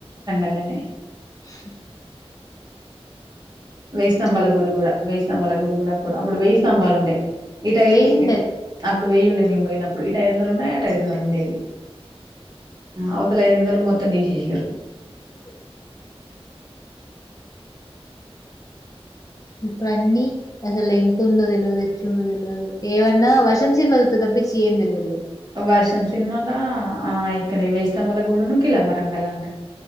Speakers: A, on the right; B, on the left.
A: అాలనే
B: ఆ
A: వేయిస్తంబల
B: చదువు
A: గుడి కూడా వేయిస్తంబల గుడి కూడి కూడా అప్పుడు అప్పుడు వెయ్యి స్తంభాలు ఉండే ఇటు ఐ
B: వెయ్యిండే
A: ఇప్పు వెయ్యుండే మేము పోయినప్పుడు ఇటు ఐదువందలుండే అటు ఐదు వందలుండేది అవతల ఐదు వందలు మో త్త ని తీసేసింద్రు
B: అ ఇప్పుడన్నీ అసలు ఎ వతుండో తెలియదు ఎట్లు ఉండో తెలియదు ఏమన్నా వర్షం సీనిమా సుత్తే తప్పించి ఏం తెలియదులి
A: వర్షం సినిమాాల ఆ ఇక్కడ వేయిస్తంబల గూడి ను కిల వరంగల్ అంట